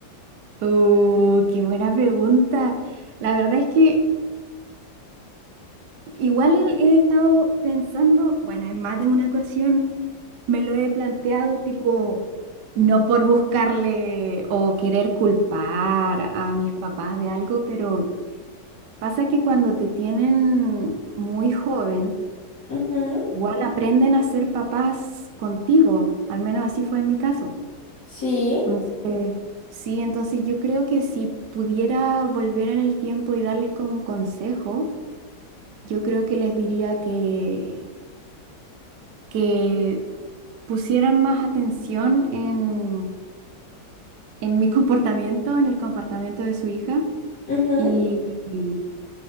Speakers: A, on the right; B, on the left.
A: Oh, qué buena pregunta. La verdad es que igual he estado pensando, bueno, en más de una ocasión me lo he planteado, tipo, no por buscarle o querer culpar a mis papás de algo, pero pasa que cuando te tienen muy joven,
B: Ujú,
A: igual aprenden a ser papás contigo, al menos así fue en mi caso.
B: Sí,
A: Entonces, eh, sí, entonces yo creo que si pudiera volver en el tiempo y darles como un consejo, yo creo que les diría que, que pusieran más atención en, en mi <laughs> comportamiento, en el comportamiento de su hija,
B: ujú,
A: y, y-